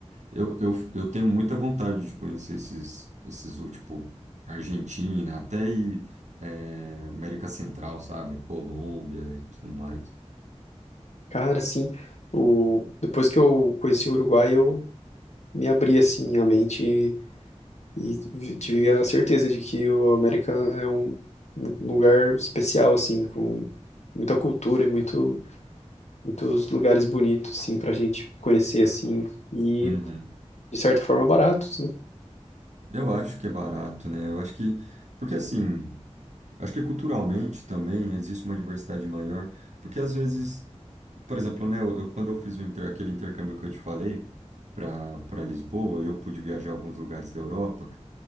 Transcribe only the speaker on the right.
Eu, eu, eu tenho muita vontade de conhecer esses, esses, uh, tipo, Argentina, até e, eh, América Central, sabe? Colômbia e tudo mais.
Uhum.
Eu acho que é barato, né? Eu acho que, porque assim, acho que culturalmente também existe uma diversidade maior. Porque às vezes Por exemplo, né, eu, eu- quando eu fiz o inter- aquele intercâmbio que eu te falei para para Lisboa, eu pude viajar a alguns lugares da Europa.